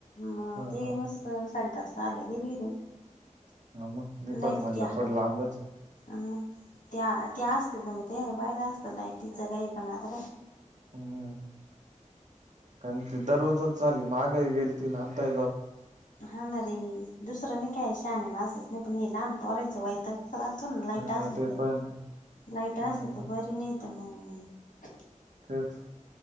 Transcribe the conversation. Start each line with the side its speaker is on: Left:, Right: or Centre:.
Left: म
Right: हा
Left: ते
Right: हा
Left: मस् साडेपाच आला गेली कथून
Right: <unintelligible>
Left: नाही तर
Right: म्हणलं
Left: त्या
Right: थोडं लांबच आहे
Left: अ ते ते असते तर मग ते ना पाहिर असतं लायटीचं काही पण आता काय?
Right: हम्म, कारण दररोजच चाली मागही गेल तीन आत्ता
Left: हा ना रे दुसरं नाही काय शा आहे मासेच नाही पण हे लहान परायचं वयच. राहतो ना लाईट
Right: हा
Left: असली
Right: ते
Left: तर
Right: पण
Left: लाईट
Right: हम्म
Left: असली तर बरी नाही. <unintelligible>
Right: तेच.